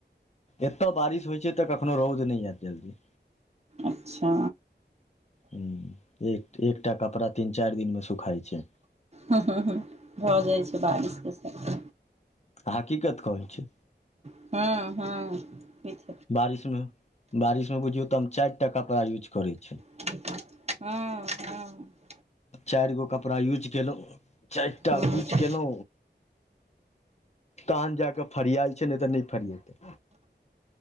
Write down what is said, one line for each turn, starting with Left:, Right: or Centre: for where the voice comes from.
Left: एतय बारिश होइत छै तऽ कखनो रौद नहि आयत जल्दी
Right: अच्छा
Left: हू एक एकटा कपड़ा तीन चैर दिनमे सुखाय छै
Right: ह हू हू भऽ जाइ छै बारिशके समय
Left: आहां हकीकत कहै छी
Right: हं हं होई
Left: बारिशमे बारिशमे बुझियौ तऽ हम चाय टा कपड़ा यूज करै छी
Right: हूँ हूँ
Left: चारि गो कपड़ा यूज कयलहुँ चारि टा
Right: हँ
Left: यूज कयलौ तन जा कऽ फरियाल छै नहि तऽ नहि फरिएतै